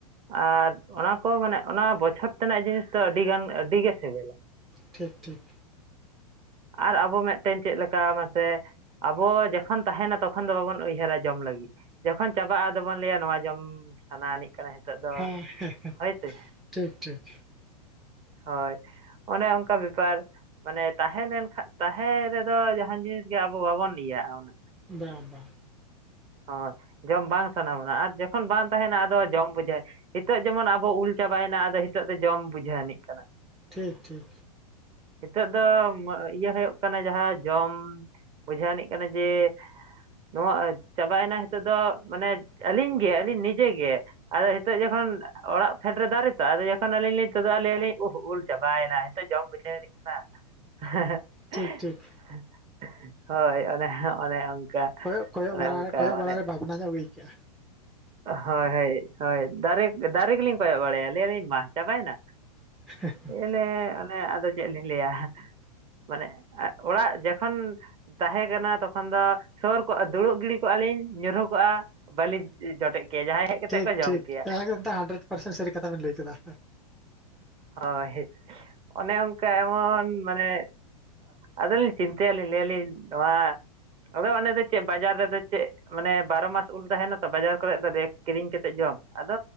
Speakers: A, on the right; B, in the centre.
A: ᱟᱨ ᱚᱱᱟ ᱠᱚ ᱢᱟᱱᱮ ᱚᱱᱟ ᱵᱚᱪᱷᱚᱨ ᱛᱮᱱᱟᱜ ᱡᱤᱱᱤᱥ ᱫᱚ ᱟᱹᱰᱤ ᱜᱟᱱ ᱟᱹᱰᱤ ᱜᱮ ᱥᱤᱵᱤᱞᱟ
B: ᱴᱷᱤᱠ ᱴᱷᱤᱠ
A: ᱟᱨ ᱟᱵᱚ ᱢᱤᱫᱴᱮᱱ ᱪᱮᱫ ᱞᱮᱠᱟ ᱢᱟᱥᱮ ᱟᱵᱚ ᱡᱚᱠᱷᱚᱱ ᱛᱟᱦᱮᱱᱟ ᱛᱚᱠᱷᱚᱱ ᱫᱚ ᱵᱟᱵᱚᱱ ᱩᱭᱦᱟᱹᱨᱟ ᱡᱚᱢ ᱞᱟᱹᱜᱤᱫ ᱡᱚᱠᱷᱚᱱ ᱪᱟᱵᱟᱜᱼᱟ ᱟᱫᱚ ᱵᱚᱱ ᱞᱟᱹᱭᱟ ᱱᱚᱣᱟ ᱡᱚᱢ ᱥᱟᱱᱟ ᱟᱹᱱᱤᱡ ᱠᱟᱱᱟ ᱱᱤᱛᱚᱜ ᱫᱚ
B: ᱦᱮᱸ ᱦᱮᱸ
A: ᱦᱳᱭ ᱥᱮ
B: ᱴᱷᱤᱠ ᱴᱷᱤᱠ
A: ᱦᱳᱭ ᱚᱱᱮ ᱚᱱᱠᱟ ᱵᱮᱯᱟᱨ ᱢᱟᱱᱮ ᱛᱟᱦᱮᱸ ᱞᱮᱱᱠᱷᱟᱱ ᱛᱟᱦᱮᱸ ᱨᱮᱫᱚ ᱡᱟᱦᱟᱱ ᱡᱤᱱᱤᱥ ᱜᱮ ᱟᱵᱚ ᱵᱟᱵᱚᱱ ᱤᱭᱟᱹᱜᱼᱟ ᱚᱱᱟ
B: ᱵᱟᱝ ᱵᱟᱝ
A: ᱦᱳᱭ ᱡᱚᱢ ᱵᱟᱝ ᱥᱟᱱᱟ ᱵᱚᱱᱟ ᱟᱨ ᱡᱚᱠᱷᱚᱱ ᱵᱟᱝ ᱛᱟᱦᱮᱱᱟ ᱟᱫᱚ ᱡᱚᱢ ᱵᱩᱡᱷᱟᱹᱜ ᱱᱤᱛᱚᱜ ᱡᱮᱢᱚᱱ ᱟᱵᱚ ᱩᱞ ᱪᱟᱵᱟᱭᱮᱱᱟ ᱟᱫᱚ ᱱᱤᱛᱚᱜ ᱫᱚ ᱡᱚᱢ ᱵᱩᱡᱷᱟᱹᱣ ᱟᱹᱱᱤᱡ ᱠᱟᱱᱟ
B: ᱴᱷᱤᱠ ᱴᱷᱤᱠ
A: ᱱᱤᱛᱚᱜ ᱫᱚ ᱤᱭᱟᱹ ᱦᱩᱭᱩᱜ ᱠᱟᱱᱟ ᱡᱟᱦᱟᱸ ᱡᱚᱢ ᱵᱩᱡᱷᱟᱹᱣᱟᱱᱤᱡ ᱠᱟᱱᱟ ᱡᱮ ᱱᱚᱣᱟ ᱪᱟᱵᱟᱭᱮᱱᱟ ᱱᱤᱛᱚᱜ ᱫᱚ ᱢᱟᱱᱮ ᱟᱹᱞᱤᱧ ᱜᱮ ᱟᱹᱞᱤᱧ ᱱᱤᱡᱮ ᱜᱮ ᱟᱫᱚ ᱱᱤᱛᱚᱜ ᱡᱚᱠᱷᱚᱱ ᱚᱲᱟᱜ ᱯᱷᱮᱰ ᱨᱮ ᱫᱟᱨᱮ ᱛᱚ ᱟᱫᱚ ᱡᱚᱠᱷᱚᱱ ᱟᱹᱞᱤᱧ ᱞᱤᱧ ᱛᱩᱫᱩᱜ ᱟᱹᱞᱤᱧ ᱩᱞ ᱪᱟᱵᱟᱭᱮᱱᱟ ᱡᱚᱢ ᱵᱩᱡᱷᱟᱹᱣ ᱟᱱᱤᱡ ᱠᱟᱱᱟ <unintelligible>
B: ᱴᱷᱤᱠ ᱴᱷᱤᱠ
A: ᱦᱳᱭ ᱚᱱᱮ ᱚᱱᱮ ᱚᱱᱠᱟ
B: ᱠᱚᱭᱚᱜ ᱠᱚᱭᱚᱜ
A: ᱚᱱᱮ
B: ᱵᱟᱲᱟ
A: ᱚᱱᱠᱟ
B: ᱠᱚᱭᱚᱜ
A: ᱚᱱᱮ
B: ᱵᱟᱲᱟᱨᱮ ᱵᱷᱟᱵᱽᱱᱟ ᱧᱚᱜ ᱟᱹᱭᱠᱟ. ᱜᱼᱟ
A: ᱦᱳᱭ ᱦᱳᱭ ᱦᱳᱭ ᱫᱟᱨᱮ ᱫᱟᱨᱮ ᱜᱮᱞᱤᱧ ᱠᱚᱭᱚᱜ ᱵᱟᱲᱟᱭᱟ ᱞᱟᱹᱭ ᱞᱤᱧ ᱢᱟ ᱪᱟᱵᱟᱭᱮᱱᱟ
B: <unintelligible>
A: ᱮ ᱚᱱᱮ ᱟᱫᱚ ᱪᱮᱫ ᱞᱤᱧ ᱞᱟᱹᱭᱟ ᱢᱟᱱᱮ ᱚᱲᱟᱜ ᱡᱚᱠᱷᱚᱱ ᱛᱟᱦᱮᱸ ᱠᱟᱱᱟ ᱛᱚᱠᱷᱚᱱ ᱫᱚ ᱥᱩᱨ ᱠᱚᱜᱼᱟ ᱫᱩᱲᱩᱵ ᱜᱤᱰᱤ ᱠᱚᱜᱼᱟ ᱞᱤᱧ ᱧᱩᱨᱦᱩ ᱠᱚᱜᱼᱟ ᱵᱟᱹᱞᱤᱧ ᱡᱚᱴᱮᱫ ᱠᱮᱭᱟ ᱡᱟᱦᱟᱸᱭ ᱦᱮᱡ ᱠᱟᱛᱮᱜ
B: ᱴᱷᱤᱠ
A: ᱠᱚ ᱡᱚᱢ
B: ᱴᱷᱤᱠ
A: ᱠᱮᱭᱟ
B: <unintelligible> ᱯᱟᱨᱥᱮᱱ ᱥᱟᱹᱨᱤ ᱠᱟᱛᱷᱟ ᱵᱮᱱ ᱞᱟᱹᱭ ᱠᱮᱫᱟ
A: ᱦᱳᱭ ᱚᱱᱮ ᱚᱱᱠᱟ ᱮᱢᱚᱱ ᱢᱟᱱᱮ ᱟᱫᱚᱞᱤᱧ ᱪᱤᱱᱛᱟᱹᱭᱟᱞᱤᱧ ᱞᱟᱹᱭ ᱟᱞᱤᱧ ᱱᱚᱣᱟ ᱟᱫᱚ ᱚᱱᱮ ᱫᱚ ᱪᱮᱫ ᱵᱟᱡᱟᱨ ᱨᱮᱫᱚ ᱪᱮᱫ ᱢᱟᱱᱮ ᱵᱟᱨᱚ ᱢᱟᱥ ᱩᱞ ᱛᱟᱦᱮᱱᱟ ᱛᱚ ᱵᱟᱡᱟᱨ ᱠᱚᱨᱮ ᱫᱚ ᱠᱤᱨᱤᱧ ᱠᱟᱛᱮᱜ ᱡᱚᱢ ᱟᱫᱚ